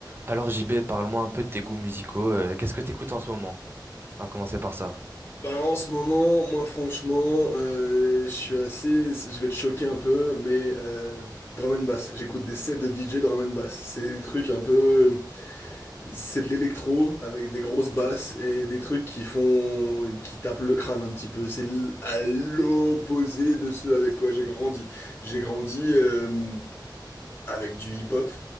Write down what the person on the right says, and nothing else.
Alors JB, parle-moi un peu de tes goûts musicaux. euh, qu'est-ce que t'écoutes en ce moment? On va commencer par ça.